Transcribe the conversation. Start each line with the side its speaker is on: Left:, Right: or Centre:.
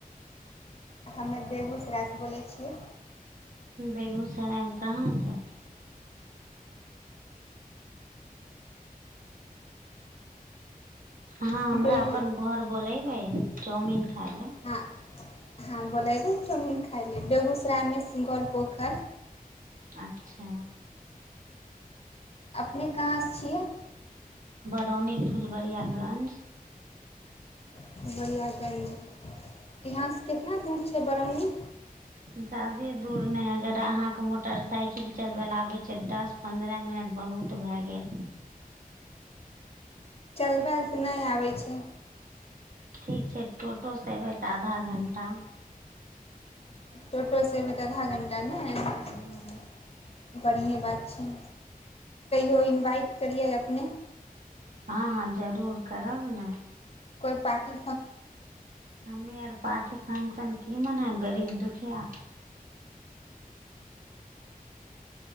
Left: हमे बेगूसरायसँ बोलै छियै
Right: बेगूसरायमे कहाँसँ ह हमरा
Left: बेगू
Right: अपन घर बोले बहि चाउमीन खायले
Left: हँ हँ बोलैबे चाउमीन खाइ लेल बेगूसरायमे सिगौल पोखरि
Right: अच्छा
Left: अपने कहाँसे छियै
Right: रानी फुलबरियागंज
Left: फूलबरियागंज यहाँसे कितना दूर छै बरौनी
Right: ज्यादे दूर नहि अगर अहाँके मोटरसाइकिल चलबय लेए आबै छै दस पन्द्रह मिनट बहुत भए गेल
Left: चलबयल तऽ नहि आबै छै
Right: ठीक छै टोटोसँ अयबै तऽ आधा घण्टा
Left: तोटोसे एबै तऽ आधा घण्टा आधा घण्टा
Right: हूँ
Left: नहि बढ़िएँ बात छै इहो इनवाइट करियै अपने
Right: हँ हँ जरूर करब ने
Left: कोइ पार्टी
Right: हमी आर पार्टी फंक्शन की मनेब गरीब दुखिया